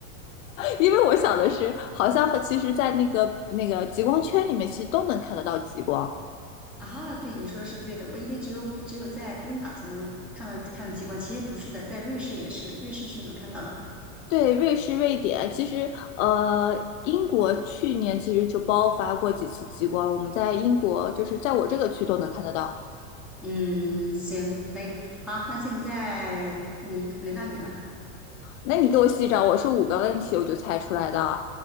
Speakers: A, on the left; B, in the centre.
A: 因为我想的是，好像和其实，在那个那个极光圈里面，其实都能看得到极光。
B: 啊，对，你说的是对的。我以为只有只有在冰岛才能看到看到极光，其实不是的，在瑞士也是，瑞士是能看到的。
A: 对，瑞士、瑞典，其实呃，英国去年其实就爆发过几次极光，我们在英国就是在我这个区都能看得到。
B: 嗯，行，可以，好，那现在你轮到你了。
A: 那你给我细找，我是五个问题我就猜出来的，